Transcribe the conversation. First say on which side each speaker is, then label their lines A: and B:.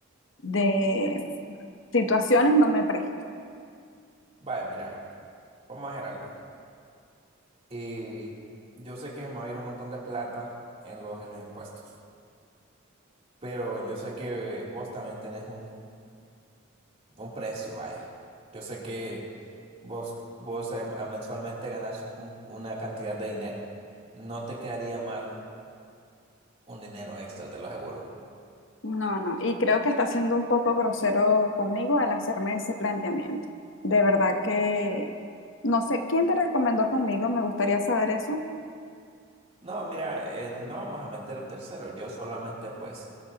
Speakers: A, on the left; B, on the right.
A: de situaciones no me presto.
B: Vaya, mira, ve, vamos a hacer algo. Y yo sé que se me va a ir un montón de plata en los, en los impuestos, pero yo sé que vos también tenés un, un precio, vaya. Yo sé que vos, vos eh, a- mensualmente ganás un- una cantidad de dinero. No te quedaría mal un dinero extra, te lo aseguro.
A: No, no, y creo que está siendo un poco grosero conmigo al hacerme ese planteamiento. De verdad que no sé quién te recomendó conmigo, me gustaría saber eso.
B: No, mira, eh, no vamos a meter a tercero. Yo solamente pues